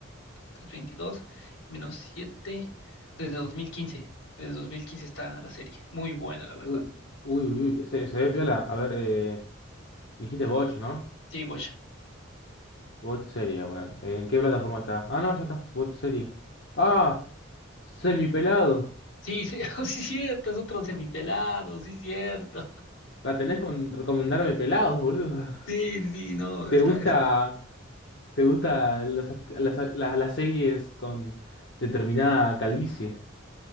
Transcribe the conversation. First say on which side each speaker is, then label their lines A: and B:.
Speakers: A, on the left; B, on the left.
A: 322 menos 7 desde dos mil quince Desde 2015 está la serie. Muy buena, la
B: Uy,
A: verdad.
B: uy, uy. Se, se ve piola. A ver, eh, me dijiste Boch, ¿no?
A: Sí, Bosch.
B: Bot serie, bueno. ¿En qué plataforma está? Ah, no, ya está. Bot serie. Ah, semipelado.
A: Sí, sí, <laughs> sí, cierto, es otro semipelado, sí, cierto.
B: La tenés con recomendarme pelados, boludo.
A: Sí, sí, sí, no,
B: <laughs> ¿Te
A: está,
B: gusta,
A: es,
B: te gusta los act- las, las- las series con determinada calvicie?